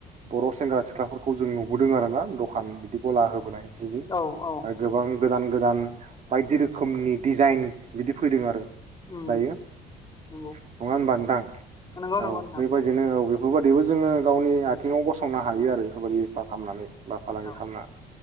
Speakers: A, on the right; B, on the left.
A: बर' सेंग्रा सिख्लाफोरखौ जों नुबो नुबोदों आरो ना दखान बिदि गला होबाय जिनि
B: औ औ
A: आरो गोबां
B: नंगौ
A: गोदान गोदान दानि बायदि रोखोमनि डिजाइन बिदि फैदों आरो।
B: उम
A: दायो नंङा
B: नंगौ
A: होनबा नोंथां
B: नंगौ
A: औ
B: नंगौ नोंथां
A: बे बायदिनो औे बेफोर बायादिबो जोंङो गावनि आथिंङाव गसंनो हायो आरो बेफोर बायदि बेफार खालामनानै। बा फालांगि
B: औ
A: खालामना।